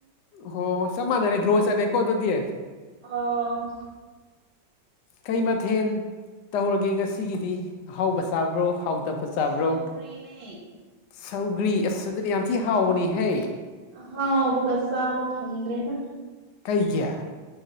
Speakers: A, on the left; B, on the right.
A: ꯑꯣ ꯆꯞ ꯃꯥꯟꯅꯔꯦ ꯗ꯭ꯔꯣ ꯆꯠꯂꯦꯀꯣ ꯑꯗꯨꯗꯤ
B: ꯑꯣ
A: ꯀꯩ ꯃꯊꯦꯜ ꯇꯧꯔꯒꯦ ꯉꯁꯤꯒꯤꯗꯤ ꯑꯍꯥꯎꯕ ꯆꯥꯕ꯭ꯔꯣ ꯍꯥꯎ ꯇꯞꯄ ꯆꯥꯕ꯭ꯔꯣ
B: ꯁꯧꯒ꯭ꯔꯤꯅꯦ
A: ꯁꯧꯒ꯭ꯔꯤ ꯑꯁ ꯑꯗꯨꯅ ꯌꯥꯝ ꯊꯤ ꯍꯥꯎꯕꯅꯤꯍꯦ
B: ꯍꯥꯎꯕꯒ ꯆꯥꯕ ꯐꯪꯗ꯭ꯔꯦꯗ
A: ꯀꯩꯒꯤ